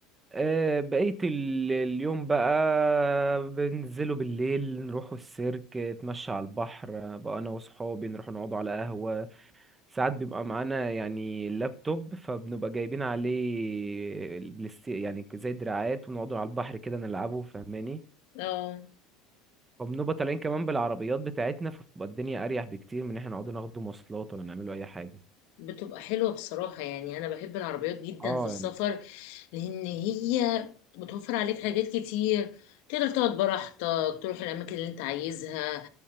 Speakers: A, on the right (about 20°); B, on the left (about 75°).
A: آه، بقيت ال- اليوم بقى بننزله بالليل نروحوا السيرك اتمشى على البحر آه، بقى انا وصحابي نروح نقعدوا على قهوة ساعات بيبقى معانا يعني اللابتوب فبنبقى جايبين عليه البلاستي يعني زي دراعات ونقعدوا على البحر كده نلعبه فاهماني
B: اه
A: وبنبقى طالعين كمان بالعربيات بتاعتنا فبتبقى الدنيا اريح بكتير من ان احنا نقعد ناخد مواصلات ولا نعملوا اي حاجة
B: بتبقى حلوة بصراحة يعني أنا بحب العربيات جدا
A: اه
B: في السفر
A: يعني
B: لأن هي بتوفر عليك حاجات كتير تقدر تقعد براحتك تروح الأماكن اللي أنت عايزها